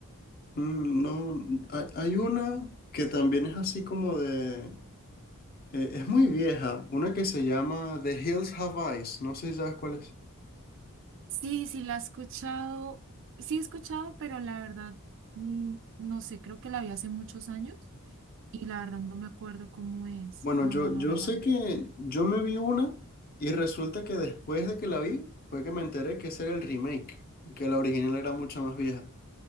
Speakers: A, on the left; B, on the right.
A: Mm, no, hay, hay una que también es así como de... eh, es muy vieja. Una que se llama The Hills Have Eyes. No sé si sabes cuál es.
B: Sí, sí, la he escuchado. Sí, he escuchado, pero la verdad, mm, no sé, creo que la vi hace muchos años y la verdad no me acuerdo cómo es.
A: Bueno,
B: No,
A: yo,
B: no, no
A: yo
B: recuerdo.
A: sé que yo me vi una y resulta que después de que la vi fue que me enteré que ese era el remake, que la original era mucho más vieja.